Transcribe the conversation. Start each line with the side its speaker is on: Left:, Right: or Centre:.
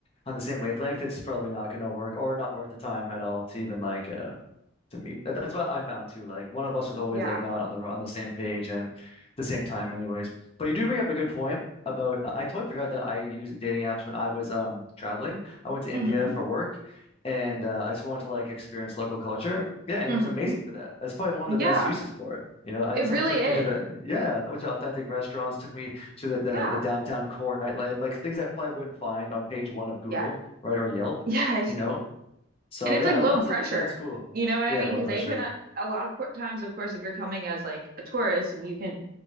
Left: on the same wavelength, it's probably not going to work or not worth the time at all to even like uh, to meet. That, that's what I found too. Like one of us is always
Right: Yeah.
Left: like not on the on the same page and the same time, anyways. But you do bring up a good point about. uh, I totally forgot that I used dating apps when I was um traveling. I went to
Right: Mm-hmm.
Left: India for work, and uh, I just wanted to like experience local culture. Yeah, and
Right: Mm-hmm.
Left: it was amazing for that. That's probably one of
Right: Yeah.
Left: the best uses for it. You know, I,
Right: It
Left: someone
Right: really
Left: took
Right: is.
Left: me to the yeah, I went to authentic restaurants, took me to the, the
Right: Yeah.
Left: the downtown core nightlife, like things I probably wouldn't find on page one of Google,
Right: Yes.
Left: right, or Yelp.
Right: Yes.
Left: You know, so
Right: And it's
Left: yeah,
Right: like low
Left: that was
Right: pressure.
Left: a, yeah, it's cool.
Right: You know what I
Left: Yeah,
Right: mean?
Left: low
Right: Because
Left: pressure.
Right: they cannot, a lot of cour- times, of course, if you're coming as like a tourist and you can,